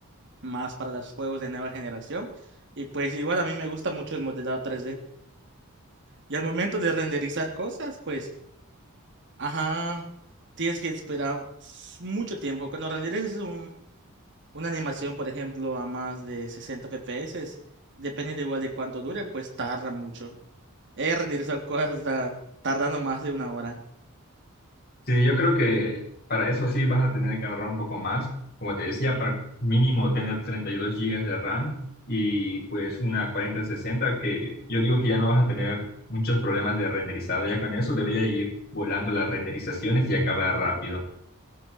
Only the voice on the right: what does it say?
más para los juegos de nueva generación. Y pues igual a mí me gusta mucho el modelado 3D. Y al momento de renderizar cosas, pues Ajá, tienes que esperar s- mucho tiempo. Cuando renderices un, una animación, por ejemplo, a más de 60 FPS, depende de igual de cuánto dure, pues tarda mucho. He renderizado cosas hasta tardando más de una hora.